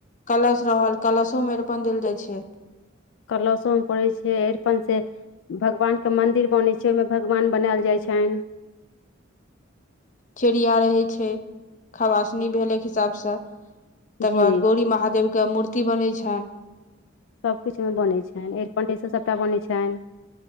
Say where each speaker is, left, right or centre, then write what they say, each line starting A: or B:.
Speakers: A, on the left; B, on the left.
A: कलश रहल कलशो मे अरिपन देल जाइत छै
B: कलशो मे पड़ैत छै अरिपन से भगवान के मंदिर बनै छै ओहिमे भगवान बनायल जाय छै छनि।
A: चिड़िया रहै छै खवासनी भेलै एक हिसाबसँ तकर
B: जी
A: बाद गौरी महादेव केँ मूर्ति बनै छैन
B: सभकिछु मे बनै छनि अरिपनेसँ सभटा बनै छनि